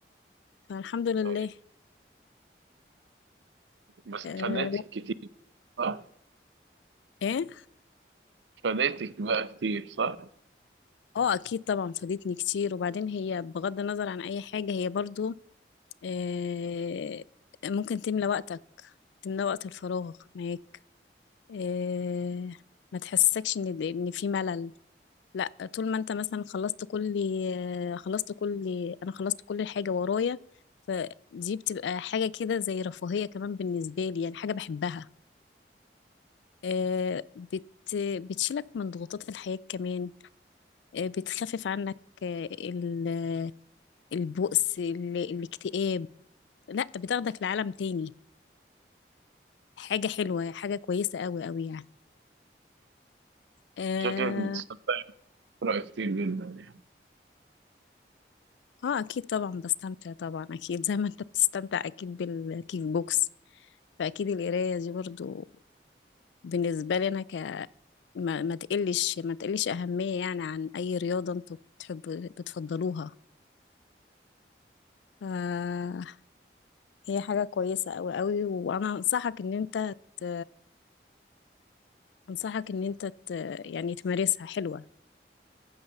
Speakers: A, on the left; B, on the right.
A: فالحمد لله
B: أيوه بس
A: آه،
B: فادتك كتير صح؟
A: ايه
B: فادتك بقى كتير صح؟
A: اه اكيد طبعا فادتني كتير وبعدين هي بغض النظر عن اي حاجة هي برضو آه، ممكن تملى وقتك تملى وقت الفراغ ما هي آه، ما تحسسكش ان ان في ملل لا طول ما انت مثلا خلصت كل آه، خلصت كل انا خلصت كل حاجه ورايا فدي بتبقى حاجه كده زي رفاهيه كمان بالنسبه لي يعني حاجه بحبها آه، بت بتشيلك من ضغوطات الحياه كمان آه، بتخفف عنك آه، ال- البؤس ال- الاكتئاب لا بتاخدك لعالم تاني حاجه حلوه حاجه كويسه قوي قوي يعني آه،
B: شكلك بتستمتعي بقراءة كتير جدا يعني
A: اه اكيد طبعا بستمتع طبعا اكيد زي ما انت بتستمتع اكيد بالكيك بوكس فاكيد القرايه دي برضو بالنسبه لي انا ك ما, ما تقلش ما تقلش اهميه يعني عن اي رياضه انتوا بتحبوا بتفضلوها آه هي حاجه كويسه قوي قوي وانا انصحك ان انت ت... انصحك ان انت ت... يعني تمارسها حلوه